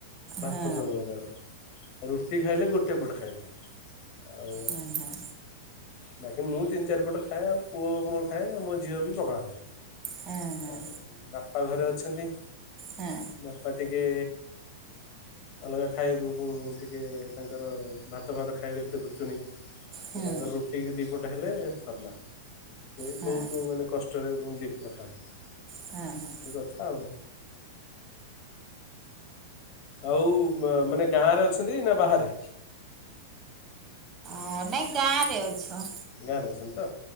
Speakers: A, on the left; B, on the right.
A: ଭାତ
B: ହଁ
A: ସବୁବେଳେ ତିଙ୍କର ରୁଟି ଖାଇଲେ ଗୋଟେ ପଟ ଖାଇବେ ଆଉ
B: ହଁ ହଁ।
A: ବାକି ମୁଁ ତିନି ଚାରିପଟ ଖାଏ ଆଉ ପୁଅ ମୋର ଖାଏ ଆଉ ମୋ ଝିଅବି ପଖାଳ ଖାଏ।
B: ହଁ ହଁ।
A: ଆଉ ବାପା ଘରେ ଅଛନ୍ତି।
B: ହଁ
A: ବାପା ଟିକେ ଅଲଗା ଖାଇବାକୁ ଟିକେ ତାଙ୍କର ଭାତ ଭାତ ଖାଇବାକୁ ଏତେ ରୁଚୁନୀ ସେ
B: ହଁ
A: ତାଙ୍କର ରୁଟି ଦୁଇପଟ ହେଲେ ସରିଲା। ସେ
B: ହଁ
A: ବହୁତ୍ ମାନେ କଷ୍ଟରେ ଦିଇପଟ ଖାଅ ଏଇଭଳି
B: ହଁ ହଁ
A: କଥା ଆଉ। ଆଉ ମାନେ ଗାଁରେ ଅଛନ୍ତି ନା ବାହାରେ?
B: ହଁ ନାଇଁ ଗାଁରେ ଅଛୁ।
A: ଗାଁରେ ଅଛନ୍ତିତ